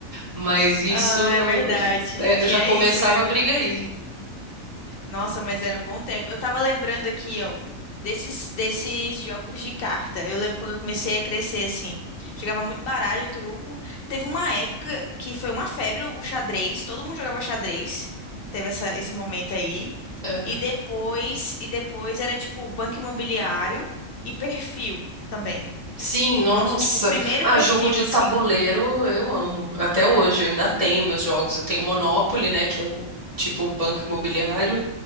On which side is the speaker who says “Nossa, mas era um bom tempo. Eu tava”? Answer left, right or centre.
Left